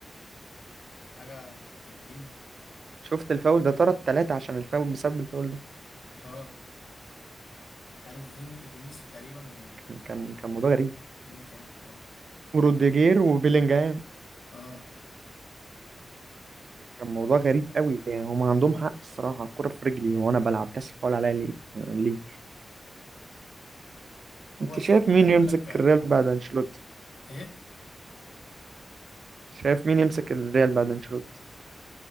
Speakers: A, on the left; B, on the right.
A: حاجه بنت لذينه
B: شفت الفاول ده طرد ثلاثة عشان الفاول بسبب الفاول ده
A: اه عارف فيني فينيسيو تقريبا و...
B: كان كان كان موضوع غريب
A: ومين تاني اه
B: وروديجير وبيلينجهام
A: اه
B: كان موضوع غريب قوي يعني هم عندهم حق الصراحة الكرة في رجلي وانا بلعب تحسب فاول عليا ليه ليه
A: هو
B: انت
A: التحكيم
B: شايف مين
A: قاعد يقول
B: يمسك
A: لك آه،
B: الريال بعد انشيلوتي
A: ايه
B: شايف مين يمسك الريال بعد انشيلوتي